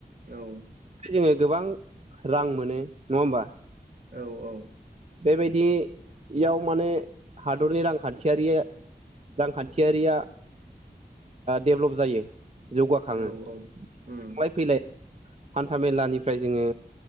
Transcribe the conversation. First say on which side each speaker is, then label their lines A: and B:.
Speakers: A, on the right (about 55°); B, on the right (about 40°).
A: औ।
B: जोङो गोबां रां मोनो नङा होमबा?
A: औ औ।
B: बेबायदियाव माने हादरनि रांखान्थियारिया रांखान्थियारिया डेभ्लप जायो। जौगाखाङो
A: औ उम
B: थांलाय फैलाय हान्था मेलानिफ्राय जोङो